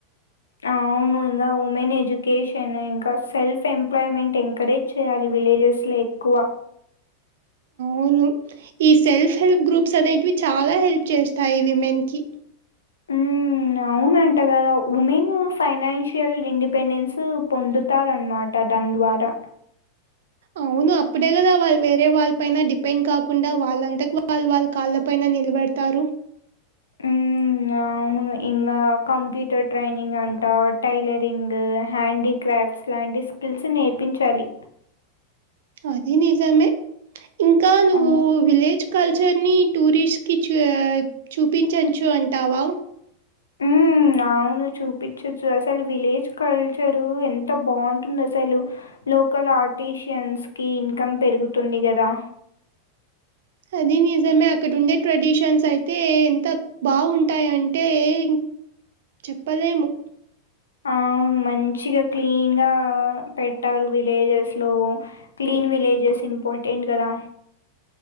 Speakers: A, on the left; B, on the right.
A: అవును ఇంగ ఉమెన్ ఎడ్యుకేషన్ ఇంకా సెల్ఫ్ ఎంప్లాయ్మెంట్ ఎంకరేజ్ చేయాలి వీ విలేజెస్ ల ఎక్కువ
B: అవును ఈ సెల్ఫ్ హెల్ప్ గ్రూప్స్ అనేటివి చాలా హెల్ప్ చేస్తాయి విమెన్ కి
A: ఉమ్ అవునంట గదా ఉమెన్ ఫైనాన్షియల్ ఇండిపెండెన్స్ పొందుతారన్మాట దాని ద్వారా
B: అవును అప్పుడే కదా వాళ్ళు వేరే వాళ్ళ పైన డిపెండ్ కాకుండా వాళ్ళంతక్ వాళ్ వాళ్ళ కాళ్ళ ప్ పైన నిలబడతారు
A: ఉమ్ అవును వె ఇంగా కంప్యూటర్ ట్రైనింగ్ అంట టైలరింగ్ హ్యాండీ క్రాఫ్ట్స్ లాంటి స్ టిల్స్ నేర్పించాలి
B: అదీ నిజమే ఇంకా నువ్వు
A: ఆ,
B: విలేజ్ కల్చర్ ని టూరిస్ట్ కి చూ చూపించచ్చు అంటావా
A: ఉమ్ అవును చూపిచచ్చు అసలు విలేజ్ కల్చరు ఎంత బాగుంటుందసలు లోకల్ ఆర్టిషియన్స్ కి ఇన్కమ్ పెరుగుతుంది గదా
B: అది నిజమే అక్కడుండే ట్రెడిషన్స్ అయితే ఎంత బాగుంటాయంటే ఇంక్ చెప్పలేము
A: అవును మంచిగా క్లీన్ గా పెట్టారు విలేజెస్ లో క్లీ ఇన్ విలేజెస్ ఇంపార్టెంట్ కదా